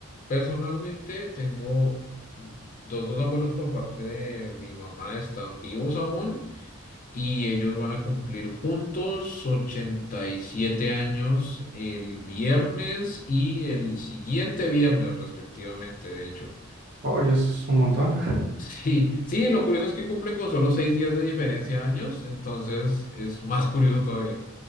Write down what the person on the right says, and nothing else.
Oye, eso es un montón. <laughs>